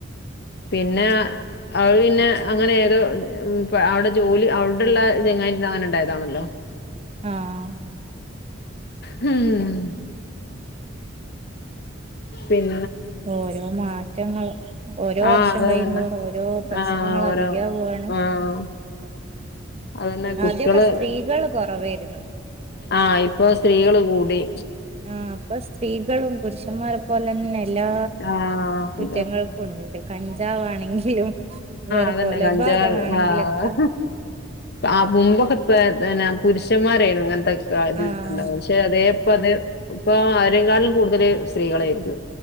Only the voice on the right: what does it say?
ആഹ്
ഓരോ മാ റ്റങ്ങള് ഓരോ
വർഷം
കഴിയുന്തോറും
ഓരോ പ്രശ്നങ്ങൾ
അധികാവാണ്
ആദ്യൊക്കെ സ്ത്രീകള് കൊറവേരുന്നു
ആ ഇപ്പൊ സ്ത്രീകളും പുരുഷന്മാരെ പോലെന്നെ എല്ലാ
കുറ്റങ്ങൾക്കും ഉണ്ട് കഞ്ചാവാണെങ്കിലും വേറെ
കൊലപാതകാണെങ്കിലൊക്കെ
ആഹ്